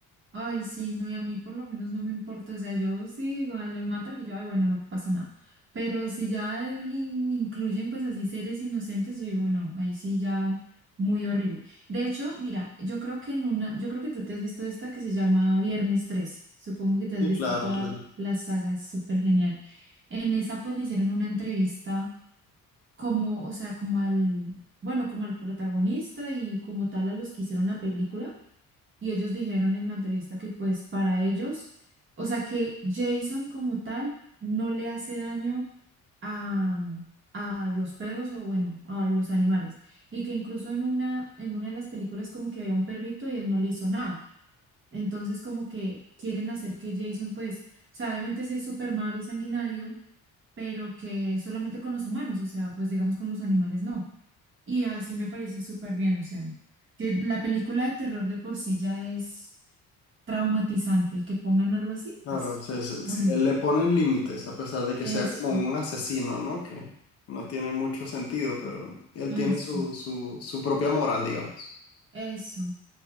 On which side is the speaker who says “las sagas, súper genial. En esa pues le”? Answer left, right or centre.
Right